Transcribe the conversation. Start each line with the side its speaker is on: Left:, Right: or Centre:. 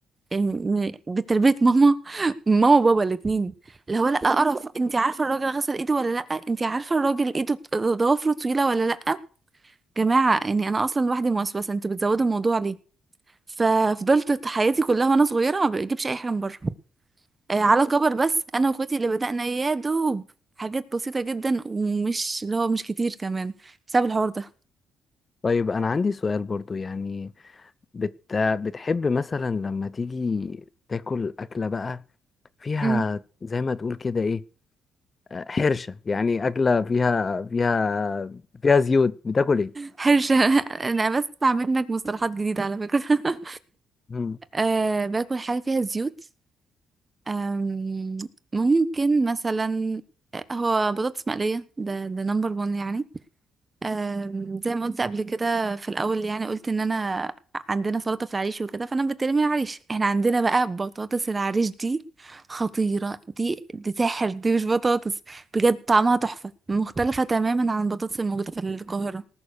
Right: م- بتربيه ماما <laughs> ماما وبابا الاثنين اللي هو لا قرف انت عارفه الراجل غسل ايده ولا لا انت عارفه الراجل ايده بت- ضوافره طويله ولا لا جماعة يعني أنا أصلا لوحدي موسوسة أنتوا بتزودوا الموضوع ليه ففضلت حياتي كلها وأنا صغيرة ما بجيبش أي حاجة من بره آه على كبر بس أنا وأخواتي اللي بدأنا يا دوب حاجات بسيطة جدا ومش اللي هو مش كتير كمان بسبب الحوار ده
Left: طيب انا عندي سؤال برضو يعني بت... بتحب مثلا لما تيجي تاكل أكلة بقى فيها
Right: امم
Left: زي ما تقول كده ايه آه، حرشة يعني أكلة فيها فيها فيها زيوت بتاكل ايه؟
Right: حرشة <laughs> أنا بس بسمع منك مصطلحات جديدة على فكرة <laughs>
Left: مم.
Right: آه باكل حاجة فيها زيوت آم، ممكن مثلا آه، هو بطاطس مقلية ده ده نمبر 1 يعني آم، زي ما قلت قبل كده في الاول يعني قلت ان انا عندنا سلطه في العريش وكده فانا بتكلم من العريش احنا عندنا بقى بطاطس العريش دي خطيره دي دي سحر دي مش بطاطس بجد طعمها تحفه مختلفه تماما عن البطاطس الموجوده في القاهره